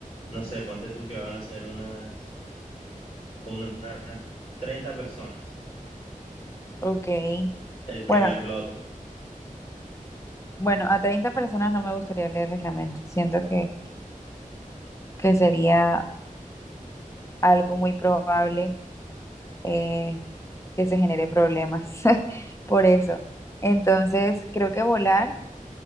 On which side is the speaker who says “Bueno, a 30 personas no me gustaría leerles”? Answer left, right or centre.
Left